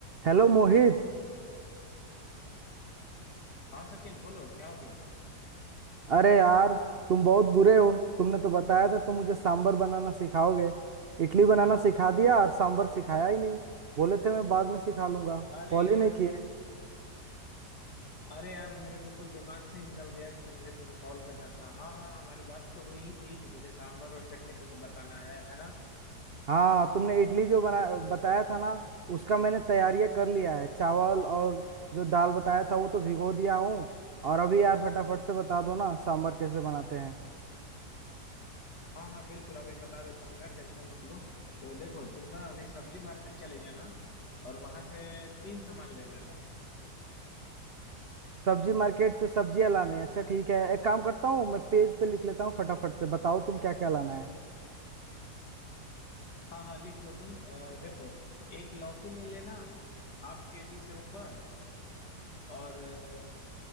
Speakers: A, on the right (about 65°); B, on the left (about 75°).
A: Hello Mohit
B: हाँ सचिन बोलो क्या हो गया
A: अरे यार तुम बहुत बुरे हो तुमने तो बताया था तुम मुझे सांबर बनाना सिखाओगे इडली बनाना सिखा दिया और सांबर सिखाया ही नहीं बोले थे मैं बाद में सिखा लूंगा
B: अरे
A: कॉल ही
B: यार
A: नहीं किए
B: अरे यार मेरे बिल्कुल दिमाग से ही निकल गया कि मुझे तुम्हें कॉल करना था हाँ हाँ हमारी बात तो हुई ही थी कि मुझे सांभर और चटनी तुम्हें बताना है है ना
A: हाँ तुमने इडली जो बना बताया था ना उसका मैंने तैयारियां कर लिया है चावल और जो दाल बताया था वो तो भिगो दिया हूँ और अभी यार फटाफट से बता दो ना सांबर कैसे बनाते हैं
B: हाँ हाँ बिल्कुल अभी बता देता हूँ मैं टेंशन मत लो तो देखो तुम ना अभी सब्जी मार्केट चले जाना और वहां से तीन सामान ले लेना
A: सब्जी मार्केट से सब्जियां लाने हैं अच्छा ठीक है एक काम करता हूँ मैं पेज पे लिख लेता हूँ फटाफट से बताओ तुम क्या क्या लाना है
B: हाँ हाँ लिख लो तुम अ, देखो एक लौकी ले लेना हाफ के जी से ऊपर और अ,